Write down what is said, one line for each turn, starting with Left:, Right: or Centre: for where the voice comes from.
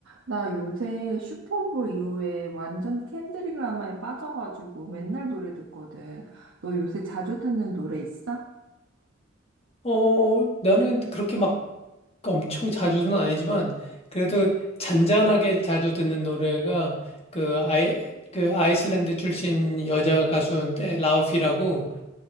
Right: 나 요새 슈퍼볼 이후에 완전 캔드릭 라마에 빠져가지고 맨날 노래 듣거든. 너 요새 자주 듣는 노래 있어?
Left: 어, 나는 그렇게 막 엄청 자주는 아니지만, 그래도 잔잔하게 자주 듣는 노래가 그 아이, 그 아이슬란드 출신 여자 가수인데, 라우피라고